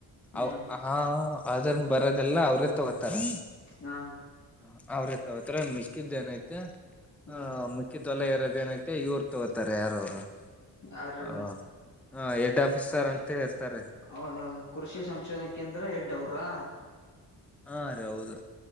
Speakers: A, on the left; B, in the centre.
A: ಹ್ಮ್
B: ಆ- ಆದ್ರನ್ ಬರದೆಲ್ಲ ಅವ್ರೇ ತಗೋತಾರ-
A: ಹಾ
B: ಹ ಅವ್ರತತ್ರ ಮಿಸ್ಕಿದ್ದ ಏನೈತೆ
A: ಹ್ಮ್
B: ಆ ಮ ಅ ತೊಲ ಇರೋದ ಏನೈಐತೆ ಇವರು ತಗೋತಾರೆ ಯಾರವ್ರು-
A: ಯಾರು
B: ಹ ಹ ಎಡ್ ಆಫೀಸರ್ ಅಂತ ಇರ್ತಾರೆ
A: ಹೌದೌದು ಕೃಷಿ ಸಂಶೋಧನೆ ಕೇಂದ್ರ ಎಡ್ ಅವ್ರಾ
B: ಹಾ ರೀ ಹೌದು